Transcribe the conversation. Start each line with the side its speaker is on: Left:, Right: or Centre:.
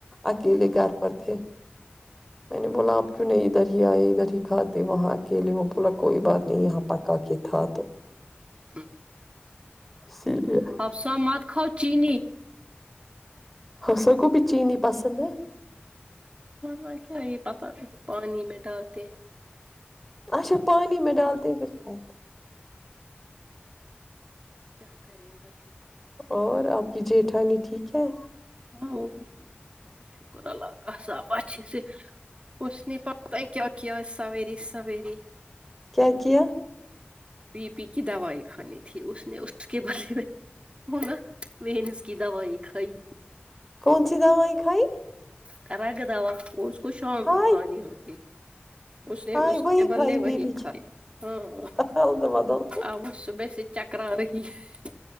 Centre: اکیلے گھر پر تھے میں نے بولا اپ کیوں نہیں ادھر ہی آئے ادھر ہی کھاتے وہاں کے لیے وہ بولا کوئی بات نہیں یہاں پکا کے تھا تو
Right: ہاں
Centre: اسی لیے
Right: ہب سا مات کاؤ چینی
Centre: ہ سگوپی چینی پسند ہے
Right: ما کیا یہ پتہ نہیں پانی میں ڈالتے ہیں
Centre: اچھا پانیی میں ڈال تبر کات
Right: کیا کر بچوں
Centre: اور آپ کی جٹھانی ٹھیک ہے
Right: ہاں وہ بھی ٹھیک ہے ہاں شکر اللہ کااساب ا صر اس نے پت کیا کیا سویری سوییر
Centre: کیا کیا
Right: بی پی کی دوائ کھانی تھی اس نے اس کے بارے میں وہ نا ونس کی دوائی کھائی
Centre: کون سی دوائیں کھائی
Right: کرگد اش خشاں
Centre: ہائے
Right: کو کھانی ہوتی ہے اس نے
Centre: ہائے
Right: اس
Centre: وہی
Right: کے بلے
Centre: کھائی
Right: وہی
Centre: بی پی
Right: دھائے
Centre: کی
Right: ہاں
Centre: بدل بدل
Right: اب صبح سے چکرا رہی ہے